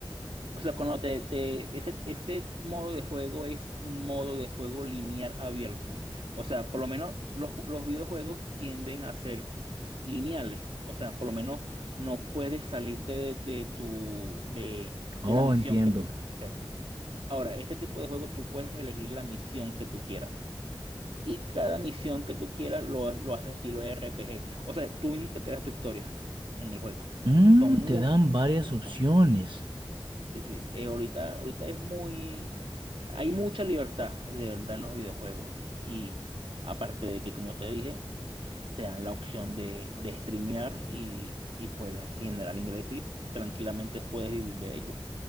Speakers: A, on the right; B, on the right.
A: O sea, cuando te, te- ese, ese modo de juego es un modo de juego lineal abierto. O sea, por lo menos los, los videojuegos tienden a ser lineales. O sea, por lo menos no puedes salirte de, de tu, de, de
B: Oh,
A: la misión
B: entiendo.
A: que te van a hacer. Ahora, este tipo de juego tú puedes elegir la misión que tú quieras. y cada misión que tú quieras lo, lo haces estilo RPG. O sea, tú mismo te creas tu historia en el juego.
B: Mm,
A: Son muy
B: te dan varias
A: interesantes.
B: opciones.
A: Sí, sí. Eh, ahorita, ahorita es muy... Hay mucha libertad, de verdad, en los videojuegos. Y aparte de que, como te dije, te dan la opción de, de streamear y, y puedes generar ingresos y tranquilamente puedes vivir de ello.